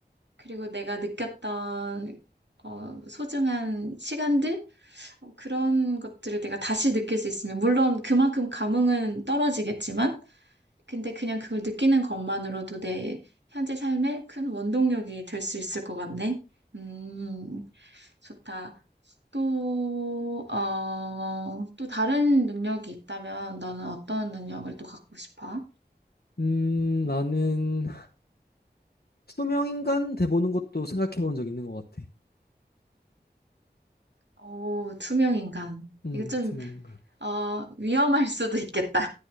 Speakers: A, on the right (about 85°); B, on the left (about 65°).
A: 그리고 내가 느꼈던 어, 소중한 시간들? 어, 그런 것들을 내가 다시 느낄 수 있으면, 물론 그만큼 감흥은 떨어지겠지만, 근데 그냥 그걸 느끼는 것만으로도 내 현재 삶에 큰 원동력이 될 수 있을 것 같네. 음, 좋다. 또, 어, 또 다른 능력이 있다면 너는 어떤 능력을 또 갖고 싶어?
B: 음 나는 투명인간 돼보는 것도 생각해본 적 있는 것 같아.
A: 오, 투명 인간.
B: 음,
A: 이거 좀,
B: 투명인간.
A: 어, 위험할 수도 있겠다.